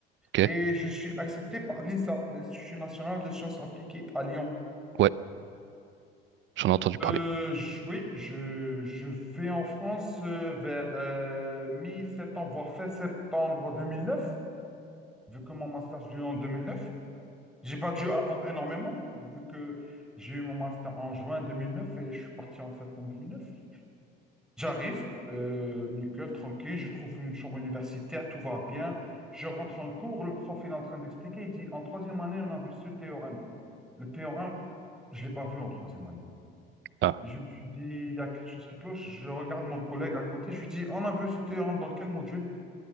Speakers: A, on the right; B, in the centre.
A: ok.
B: Et je suis accepté par l'INSA, l'Institut national de sciences appliquées à Lyon.
A: Ouais, j'en ai entendu parler.
B: Euh, je- oui, je, je vais en France euh, vers euh, mi-septembre, voire fin septembre 2009, vu que mon master, je l'ai eu en 2009. J'ai pas dû attendre énormément, vu que j'ai eu mon master en juin 2009 et je suis parti en septembre 2009. J'arrive, euh, nickel, tranquille, je trouve une chambre universitaire, tout va bien. Je rentre en cours, le prof, il est en train d'expliquer, il dit, en troisième année, on a vu ce théorème. Le théorème, je ne l'ai pas vu en troisième année.
A: Ah,
B: Je me suis dit, il y a quelque chose qui cloche. Je regarde mon collègue à côté. Je lui dis, on a vu ce théorème dans quel module?